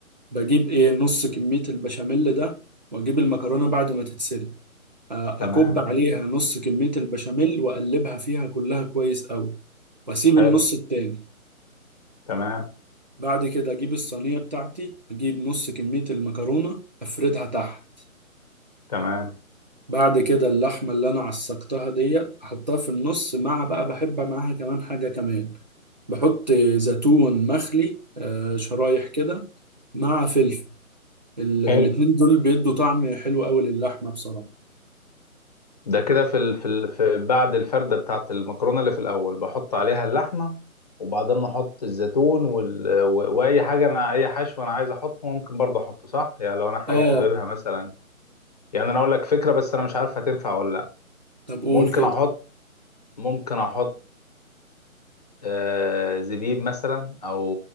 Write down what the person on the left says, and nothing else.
تمام
حلو
تمام
تمام
حلو
ده كده في ال... في, ال... في بعد الفردة بتاعت المكرونة اللي في الأول بحط عليها اللحمة وبعدين أحط الزيتون وال... و... وأي حاجة أنا أي حشو أنا عايز أحطه ممكن برضه أحطه صح؟ يعني لو أنا حاجة
حاببها مثلا يعني أنا أقول لك فكرة بس أنا مش عارف هتنفع ولا لأ
ممكن
أحط ممكن أحط آه... زبيب مثلا أو